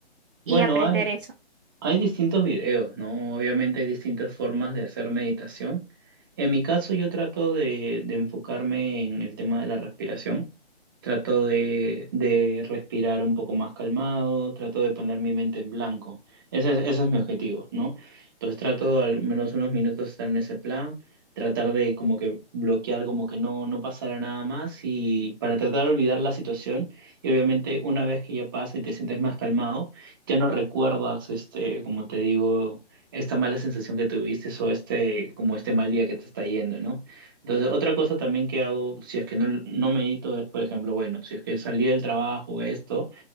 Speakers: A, on the right (about 20°); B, on the right (about 50°).
A: Bueno,
B: y aprender
A: hay
B: eso?
A: Hay distintos videos, ¿no? Obviamente hay distintas formas de hacer meditación. En mi caso, yo trato de, de enfocarme en el tema de la respiración. Trato de, de respirar un poco más calmado, trato de poner mi mente en blanco. Ese es, ese es mi objetivo, ¿no? Entonces trato de al menos unos minutos estar en ese plan, tratar de como que bloquear, como que no, no pasara nada más y para tratar de olvidar la situación. Y obviamente una vez que ya pasa y te sientes más calmado, ya no recuerdas, este, como te digo, esta mala sensación que tuviste o este, como este mal día que te está yendo, ¿no? Entonces, otra cosa también que hago, si es que no, no medito, es, por ejemplo, bueno, si es que salí del trabajo, esto,